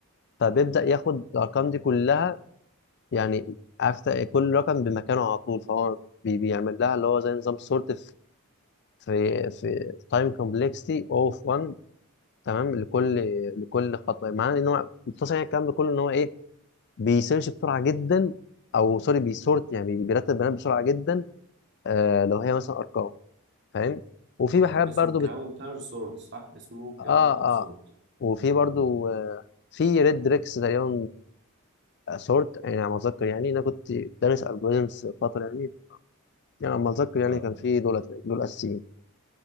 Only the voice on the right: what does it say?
مم.
هو
اسمه
كاونتر سورت صح اسمه
كاونتر سورت
مم.
اه